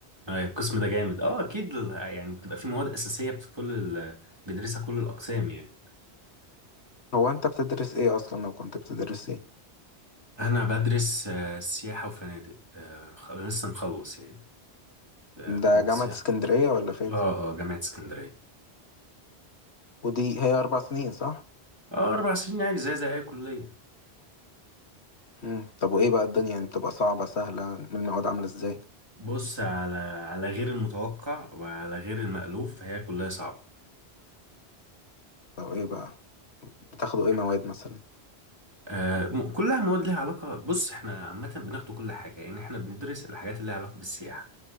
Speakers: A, on the right; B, on the left.
A: آه، القسم ده جامد اه اكيد ال- يعني بتبقى في مواد اساسيه بت- كل ال... بيدرسها كل الاقسام يعني
B: هو انت بتدرس ايه اصلا لو كنت بتدرس ايه
A: انا بدرس آه، سياحه وفنادق آه، خ- لسه مخلص يعني آه، كنت
B: ده جامعة
A: سياحة
B: اسكندرية ولا فين
A: اه اه جامعه اسكندريه
B: ودي هي أربع سنين صح؟
A: اه اربع سنين عادي زي زي اي كليه
B: مم. طب وإيه بقى الدنيا يعني بتبقى صعبة سهلة المواد عاملة إزاي؟
A: بص على على غير المتوقع وعلى غير المألوف فهي كلها صعبه
B: طب إيه بقى بتاخدوا إيه
A: احنا
B: مواد مثلا؟
A: آه م- كلها مواد ليها علاقه بص احنا عامه بناخد كل حاجه يعني احنا بندرس الحاجات اللي ليها علاقه بالسياحه